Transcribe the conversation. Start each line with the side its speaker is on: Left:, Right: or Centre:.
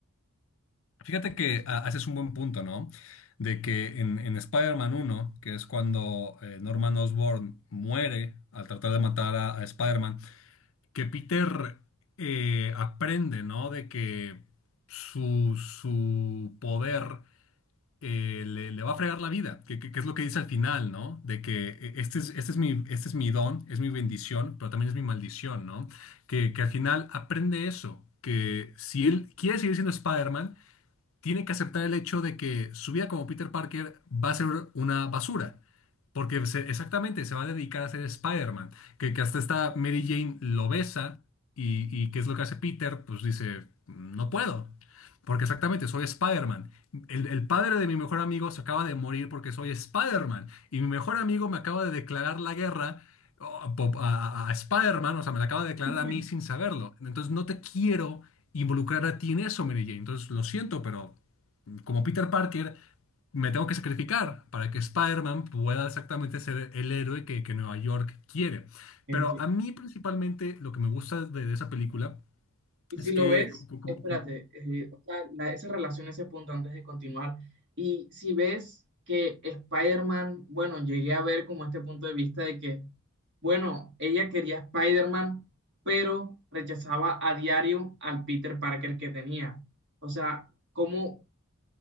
Left: Fíjate que ah, haces un buen punto, ¿no? de que en, en Spider-Man 1, que es cuando eh, Norman Osborn muere al tratar de matar a, a Spider-Man, que Peter eh, aprende, ¿no? De que su, su poder eh, le, le va a fregar la vida, que, que- que es lo que dice al final, ¿no? De que eh, este es, este es mi, este es mi don, es mi bendición, pero también es mi maldición, ¿no? Que, que al final aprende eso, que si él quiere seguir siendo Spider-Man, tiene que aceptar el hecho de que su vida como Peter Parker va a ser una basura. Porque se- exactamente se va a dedicar a ser Spider-Man. Que, que hasta esta Mary Jane lo besa y, y ¿qué es lo que hace Peter? Pues dice, no puedo. Porque exactamente, soy Spider-Man. El, el padre de mi mejor amigo se acaba de morir porque soy Spider-Man. Y mi mejor amigo me acaba de declarar la guerra a, a- a Spider-Man, o sea, me la acaba de declarar
Right: <laughs>
Left: a mí sin saberlo. Entonces no te quiero involucrar a ti en eso, Mary Jane. Entonces lo siento, pero como Peter Parker, me tengo que sacrificar para que Spider-Man pueda exactamente ser el héroe que, que Nueva York quiere.
Right: Enti-
Left: Pero a mí principalmente lo que me gusta de, de esa película
Right: Y
Left: es
Right: si lo
Left: que...
Right: ves,
Left: como- como-
Right: espérate,
Left: como-
Right: eh, o sea, la- esa relación, ese punto antes de continuar. Y si ves que Spider-Man, bueno, llegué a ver como este punto de vista de que, bueno, ella quería a Spider-Man, pero rechazaba a diario al Peter Parker que tenía. O sea, ¿cómo